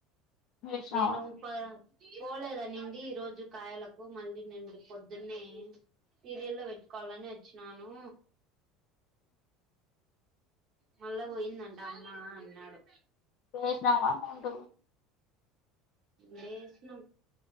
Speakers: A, on the left; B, on the right.
A: చేసినావా
B: నేను ఉఊప్ప పోలేదానిండి ఈ రోజు కాయలకు మళ్ళీ నండి పొద్దున్నే సీరియల్లో పెట్టుకోవాలని వచ్చినాను మళ్ళా పోయిందంట అమ్మా అన్నాడు
A: వసినవా అమౌంట
B: లేశినం